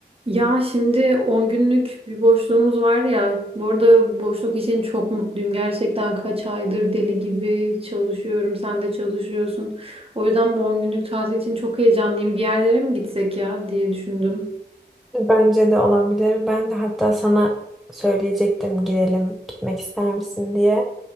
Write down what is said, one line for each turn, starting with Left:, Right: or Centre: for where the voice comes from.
Right: Ya şimdi 10 günlük bir boşluğumuz var ya. Bu arada boşluk için çok mutluyum. Gerçekten kaç aydır deli gibi çalışıyorum. Sen de çalışıyorsun. O yüzden bu 10 günlük tatil için çok heyecanlıyım. Bir yerlere mi gitsek ya diye düşündüm.
Centre: Bence de olabilir. Ben de hatta sana söyleyecektim gidelim, gitmek ister misin diye.